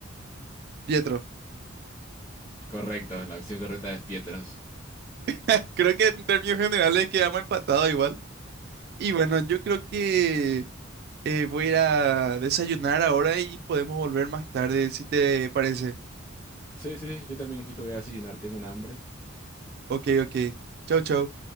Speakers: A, on the right (about 50°); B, on the left (about 20°).
A: Pietro.
B: Correcto, la opción correcta es Pietros.
A: <laughs> Creo que en términos generales quedamos empatados igual. Y bueno, yo creo que eh, voy a ir a desayunar ahora y podemos volver más tarde, si te parece.
B: Sí, sí, sí, yo también justo voy a desayunar, tengo un hambre.
A: Ok, ok. Chau, chau.